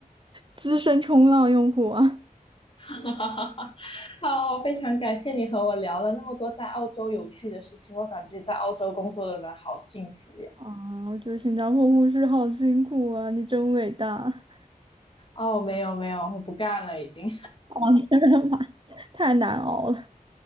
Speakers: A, on the right; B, on the left.
A: 资深冲浪用户啊！
B: <laughs> 好，非常感谢你和我聊了那么多在澳洲有趣的事情，我感觉在澳洲工作的人好幸福呀。
A: <laughs> 啊，我觉得新加坡护士好辛苦啊，你真伟大！
B: 哦，没有没有，我不干了已经。
A: <laughs> 哦，真的吗？太难熬了。